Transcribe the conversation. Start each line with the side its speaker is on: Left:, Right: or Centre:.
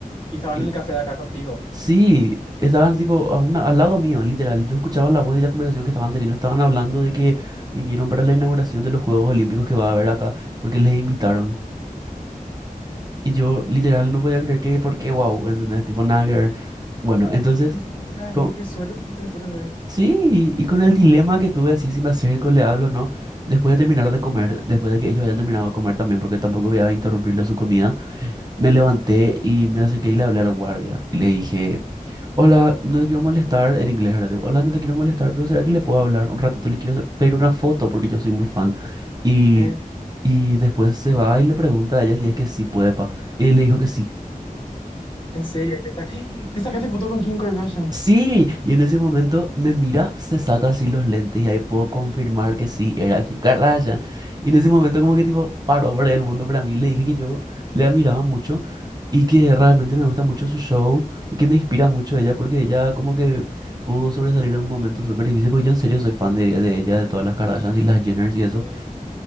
Left: Y estaban
Right: y
Left: en el café de acá contigo.
Right: Sí, estaban tipo a una- al lado mío, literal. Yo escuchaba la voz y la conversación que estaban teniendo. Estaban hablando de que vinieron para la inauguración de los Juegos Olímpicos que va a haber acá, porque les invitaron. Y yo literal no podía creer que, ¿por qué? Wow, ¿entendés? Tipo, nada que ver. Bueno, entonces,
Left: Hija de
Right: con-
Left: mil, qué suerte tuviste en serio, ¿entendés?
Right: sí, y con el dilema que tuve así, si me acerco, le hablo o no, después de terminar de comer, después de que ellos hayan terminado de comer también, porque tampoco voy a interrumpirle su comida, me levanté y me acerqué y le hablé al guardia. Y le dije... Hola, no te quiero molestar en inglés, ¿verdad? Tipo, Hola, no te quiero molestar, pero ¿será que le puedo hablar un ratito? Le quiero sa- pedir una foto porque yo soy muy fan. Y,
Left: Eh,
Right: y después se va y le pregunta a ella si es que sí puede, pa. Y le dijo que sí.
Left: en serio, y te, sac- <gasps> te sacaste foto con Kim Kardashian.
Right: Sí, y en ese momento me mira, se saca así los lentes y ahí puedo confirmar que sí era Kim Kardashian. Y en ese momento como que tipo paró por el mundo para mí, le dije que yo le admiraba mucho y que realmente me gusta mucho su show y que me inspira mucho ella porque ella como que pudo sobresalir en un momento súper difícil porque yo en serio soy fan de, de ella, de todas las Kardashians y las Jenners y eso.
Left: Sí, sí,